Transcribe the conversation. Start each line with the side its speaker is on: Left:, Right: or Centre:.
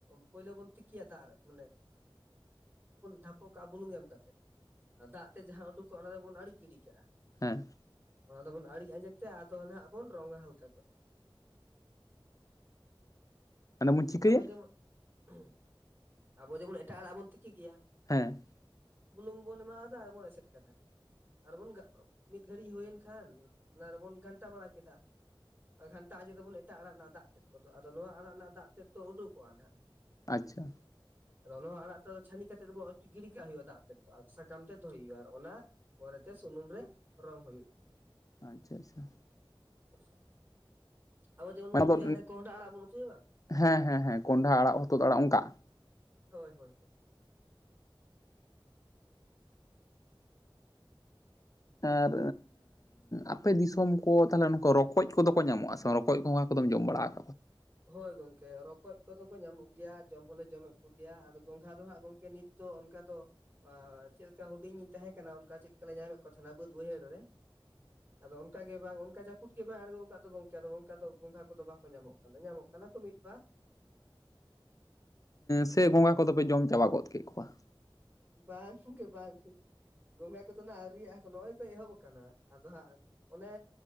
Right: ᱯᱳᱭᱞᱳ ᱵᱚᱱ ᱛᱤᱠᱤᱭᱟ ᱫᱟᱜ ᱨᱮ ᱢᱟᱱᱮ <inaudible> ᱵᱩᱞᱩᱝ ᱮᱢ ᱠᱟᱛᱮᱫ ᱫᱟᱜ ᱛᱮ ᱡᱟᱦᱟᱸ ᱩᱰᱩᱠᱚᱜ ᱚᱱᱟ ᱫᱚᱵᱚᱱ ᱟᱲᱤᱡ ᱜᱤᱰᱤ ᱠᱟᱜᱼᱟ
Left: ᱦᱮᱸ
Right: ᱟᱫᱚ ᱵᱚᱱ ᱟᱲᱤᱡ ᱟᱸᱡᱮᱫ ᱛᱮ ᱟᱫᱚ ᱱᱟᱦᱟᱜ ᱵᱚᱱ ᱨᱚᱝᱟ ᱦᱟᱞᱠᱟ ᱠᱚ
Left: ᱚᱱᱮ ᱵᱚᱱ ᱪᱤᱠᱟᱹᱭᱟ
Right: ᱟᱵᱚ, <unintelligible> ᱟᱵᱚ ᱡᱮᱢᱚᱱ ᱮᱴᱟᱜ ᱟᱲᱟᱜ ᱵᱚᱱ ᱛᱤᱠᱤ ᱜᱮᱭᱟ
Left: ᱦᱮᱸ
Right: ᱵᱩᱞᱩᱝ ᱵᱚᱱ ᱮᱢᱟᱫᱟ ᱟᱨᱵᱚᱱ ᱮᱥᱮᱫ ᱠᱟᱫᱟ ᱟᱨᱵᱚᱱ ᱢᱤᱫ ᱜᱷᱟᱹᱲᱤᱡ ᱦᱳᱭᱮᱱ ᱠᱷᱟᱱ ᱚᱱᱟ ᱨᱮᱵᱚᱱ ᱜᱷᱟᱱᱴᱟ ᱵᱟᱲᱟ ᱠᱮᱫᱟ ᱜᱷᱟᱱᱴᱟ ᱟᱸᱡᱮᱫ ᱛᱟᱵᱚᱱ ᱮᱴᱟᱜ ᱟᱲᱟᱜ ᱨᱮᱱᱟᱜ ᱫᱟᱜ ᱛᱮᱫ ᱠᱚᱫᱚ ᱟᱫᱚ ᱱᱚᱣᱟ ᱟᱲᱟᱜ ᱨᱮᱱᱟᱜ ᱫᱟᱜ ᱛᱮᱫ ᱫᱚ ᱩᱰᱩᱠᱚᱜᱼᱟ ᱱᱟᱜ
Left: ᱟᱪᱪᱷᱟ
Right: ᱟᱫᱚ ᱚᱱᱟ ᱟᱲᱟᱜ ᱛᱮᱫᱚ ᱪᱷᱟᱹᱱᱤ ᱠᱟᱛᱮᱫ ᱫᱚᱵᱚᱱ ᱜᱤᱲᱤ ᱠᱟᱜ ᱦᱩᱭᱩᱜᱼᱟ ᱫᱟᱜ ᱛᱮᱫ ᱫᱚ ᱟᱨ ᱥᱟᱠᱟᱢ ᱛᱮ ᱫᱚᱦᱚᱭ ᱦᱩᱭᱩᱜᱼᱟ ᱟᱨ ᱚᱱᱟ ᱯᱚᱨᱮᱛᱮ ᱥᱩᱱᱩᱢ ᱨᱮ ᱨᱚᱝ ᱦᱳᱭᱳᱜᱼᱟ
Left: ᱟᱪᱪᱷᱟ ᱟᱪᱪᱷᱟ
Right: <inaudible> ᱟᱵᱚ ᱡᱮᱢᱚᱱ ᱵᱚᱱ
Left: ᱚᱱᱟᱫᱚ
Right: ᱩᱛᱩᱭᱟ ᱦᱟᱱᱮ ᱠᱚᱸᱦᱰᱟ ᱟᱲᱟᱜ ᱵᱚᱱ ᱩᱛᱩᱭᱟ ᱵᱟᱝ
Left: ᱦᱮᱸ ᱦᱮᱸ ᱦᱮᱸ ᱠᱚᱸᱰᱷᱟ ᱟᱲᱟᱜ ᱦᱚᱛᱚᱫ ᱟᱲᱟᱜ ᱚᱱᱠᱟ
Right: ᱦᱳᱭ ᱦᱳᱭ ᱦᱳᱭ
Left: ᱟᱨ ᱟᱯᱮ ᱫᱤᱥᱚᱢ ᱠᱚ ᱛᱟᱦᱚᱞᱮ ᱩᱱᱠᱩ ᱨᱚᱠᱚᱡ ᱠᱚᱫᱚ ᱠᱚ ᱧᱟᱢᱚᱜᱼᱟ ᱥᱮ ᱵᱟᱝ ᱨᱚᱠᱚᱡ ᱠᱚ ᱜᱚᱝᱦᱟ ᱠᱚᱫᱚᱢ ᱡᱚᱢ ᱵᱟᱲᱟ <inaudible>
Right: ᱦᱳᱭ ᱜᱚᱝᱠᱮ ᱨᱚᱠᱚᱡ ᱠᱚᱫᱚ ᱠᱚ ᱧᱟᱢᱚᱜ ᱜᱮᱭᱟ ᱡᱚᱢ ᱦᱚᱞᱮ ᱡᱚᱢᱮᱫ ᱠᱚᱜᱭᱟ ᱟᱫᱚ ᱜᱚᱸᱝᱜᱷᱟ ᱫᱚ ᱦᱟᱸᱜ ᱜᱚᱝᱠᱮ ᱱᱤᱛ ᱛᱚ ᱚᱱᱠᱟ ᱫᱚ ᱪᱮᱫᱞᱮᱠᱟ ᱦᱩᱰᱤᱧᱤᱧ ᱛᱟᱦᱮᱸ ᱚᱱᱠᱟ ᱪᱮᱫ ᱞᱮᱠᱟ ᱞᱮ ᱧᱟᱢᱮᱫ ᱠᱚ ᱛᱟᱦᱮᱱᱟ ᱵᱟᱹᱫ ᱵᱟᱹᱭᱦᱟᱹᱲ ᱨᱮ ᱟᱫᱚ ᱚᱱᱠᱟ ᱜᱮ ᱵᱟᱝ ᱚᱱᱠᱟ ᱡᱟᱹᱯᱩᱫ ᱜᱮ ᱵᱟᱭ ᱟᱬᱜᱚ ᱠᱟᱫ ᱫᱚ ᱜᱚᱢᱠᱮ ᱟᱫᱚ ᱚᱱᱠᱟ ᱫᱚ ᱜᱚᱸᱜᱷᱟ ᱠᱚᱫᱚ ᱵᱟᱠᱚ ᱧᱟᱢᱚᱜ ᱧᱟᱢᱚᱜ ᱠᱟᱱᱟ ᱠᱚ ᱢᱤᱫ ᱵᱟᱨ
Left: ᱥᱮ ᱜᱚᱸᱝᱦᱟ ᱠᱚᱫᱚ ᱯᱮ ᱡᱚᱢ ᱪᱟᱵᱟ ᱜᱚᱫ ᱠᱮᱫ ᱠᱚᱣᱟ
Right: ᱵᱟᱝ ᱜᱚᱝᱠᱮ ᱵᱟᱝ ᱜᱚᱸᱝᱦᱟ ᱠᱚᱫᱚ ᱜ ᱟᱹᱣᱤᱭ ᱠᱚ ᱱᱚᱜᱼᱚᱭ ᱠᱚ ᱮᱦᱚᱵ ᱟᱠᱟᱱᱟ ᱟᱫᱚ ᱦᱟᱸᱜ ᱚᱱᱮ